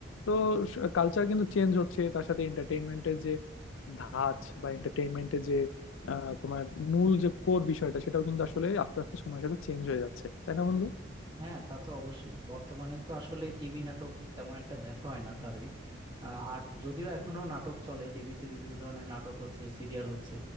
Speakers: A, on the left; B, on the right.
A: তো কালচার কিন্তু চেঞ্জ হচ্ছে তার সাথে এন্টারটেইনমেন্টের ধাঁচ বা এন্টারটেইনমেন্টের যে আহ, তোমার মূল যে কোর বিষয়টা সেটাও কিন্তু আসলে আস্তে আস্তে সময়ের সাথে চেঞ্জ হয়ে যাচ্ছে তাই না বন্ধু
B: হ্যাঁ তা তো অবশ্যই বর্তমানে তো আসলে টিভি নাটক তেমন একটা দেখা হয় না কারোই আহ, আর যদিও এখনো নাটক চলে টিভিতে বিভিন্ন ধরনের নাটক হচ্ছে সিরিয়াল হচ্ছে